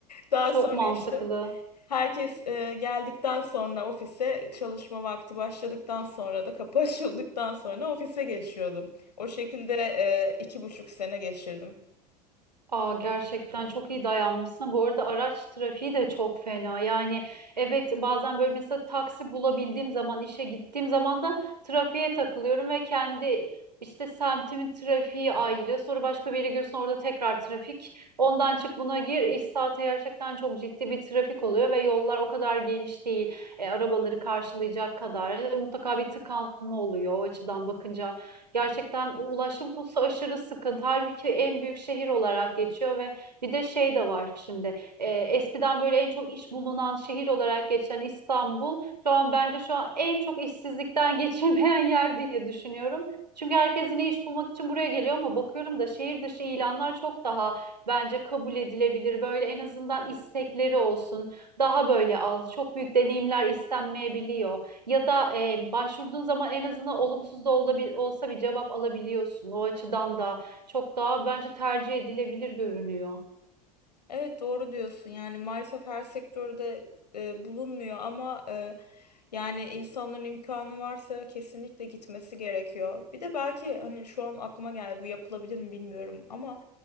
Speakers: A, on the left (about 75°); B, on the right (about 80°).
A: Daha
B: Çok
A: sonra
B: mantıklı.
A: işte Herkes e, geldikten sonra ofise çalışma vakti başladıktan sonra da kapı <laughs> açıldıktan sonra ofise geçiyordum. O şekilde e, iki buçuk sene geçirdim.
B: Aa, gerçekten çok iyi dayanmışsın. Bu arada araç trafiği de çok fena. Yani evet bazen böyle mesela taksi bulabildiğim zaman işe gittiğim zaman da trafiğe takılıyorum ve kendi işte semtimin trafiği ayrı. Sonra başka bir yere giriyorsun orada tekrar trafik. Ondan çık buna gir. İş saati gerçekten çok ciddi bir trafik oluyor ve yollar o kadar geniş değil. E, arabaları karşılayacak kadar. E, Mutlaka bir tıkanma oluyor o açıdan bakınca. Gerçekten o ulaşım konusu aşırı sıkıntı. Halbuki en büyük şehir olarak geçiyor ve bir de şey de var şimdi. Ee, eskiden böyle en çok iş bulunan şehir olarak geçen İstanbul şu an bence şu an en çok işsizlikten <laughs> geçirmeyen yer diye düşünüyorum. Çünkü herkes yine iş bulmak için buraya geliyor ama bakıyorum da şehir dışı ilanlar çok daha bence kabul edilebilir. Böyle en azından istekleri olsun. Daha böyle az, çok büyük deneyimler istenmeyebiliyor ya da e, başvurduğun zaman en azından olumsuz da olabil- olsa bir cevap alabiliyorsun. O açıdan da çok daha bence tercih edilebilir görünüyor.
A: Evet doğru diyorsun yani maalesef her sektörde e, bulunmuyor ama e, yani insanların imkanı varsa kesinlikle gitmesi gerekiyor. Bir de belki hani şu an aklıma geldi bu yapılabilir mi bilmiyorum ama